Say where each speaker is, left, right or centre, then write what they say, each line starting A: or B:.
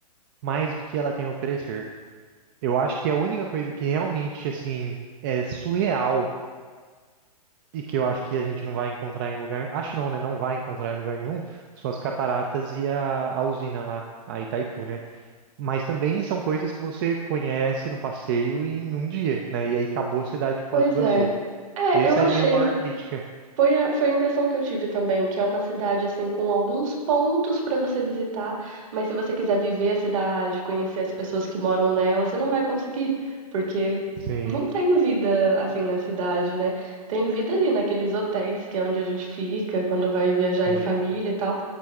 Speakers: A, on the right (about 35°); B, on the right (about 55°).
A: mais do que ela tem a oferecer. Eu acho que é a única coisa que realmente assim é surreal e que eu acho que a gente não vai encontrar em lugar, acho não, né? Não vai encontrar em lugar nenhum, são as cataratas e a, a usina lá, a Itaipu, né? Mas também são coisas que você conhece no passeio em um dia, né? E aí acabou a cidade de Foz
B: Pois
A: do Iguaçu.
B: é. É,
A: Essa
B: eu achei
A: é a minha maior crítica.
B: Foi a, foi a impressão que eu tive também, que é uma cidade assim com alguns pontos para você visitar, mas se você quiser viver a cidade, conhecer as pessoas que moram nela, você não vai conseguir, porque
A: Sim,
B: não tem vida assim na cidade, né? Tem vida ali naqueles hotéis que é onde a gente fica quando vai viajar
A: sim,
B: em família e tal,